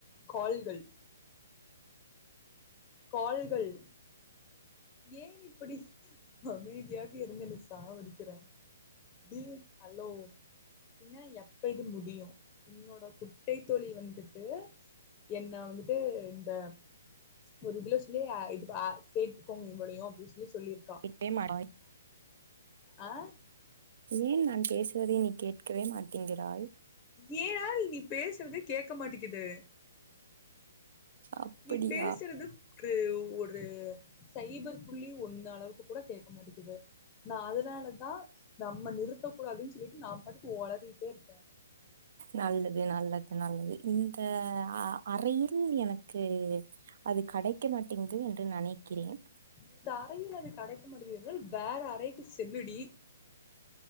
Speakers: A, on the left; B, on the right.
A: கால்கள் கால்கள் ஏன் இப்படி அமைதியாக இருந்து என்ன சாவடிக்கிற தி ஹலோ என்ன எப்ப இது முடியு உன்னோட குட்டை தோழி வந்துட்டு என்ன வந்துட்டு இந்த ஒரு இதுல சொல்லி ஆ இது அ சேத்து கோங்கயு முடியு அப்டி சொல்லி சொல்லிருக்
B: எட்ட மாடாய்
A: ஆ
B: ஏன் நான் பேசுவதை நீ கேட்கவே மாட்டேங்கிறாய்
A: ஏ ஆல் நீ பேசுறதே கேக்க மாட்டேங்குது
B: அப்படியா
A: நீ பேசுறதுப் ஒரு ஒரு சைபர் புள்ளி ஒன்னு அளவுக்கு கூட கேக்க மாட்டிக்குது நா அதனாலதா நம்ம நிறுத்த கூடாதுன் சொல்லிட்டு நா பாட்டுக்கு ஒலரிட்டே இருக்கே
B: நல்லது நல்லது நல்லது இந்த அ அறையில் எனக்கு அது கடைக்க மாட்டேங்குது என்று நனைக்கிறேன்
A: இந்த அறையில் அது கடைக்க மட்டகுதுனல் வேற அறைக்கு செல்லுடி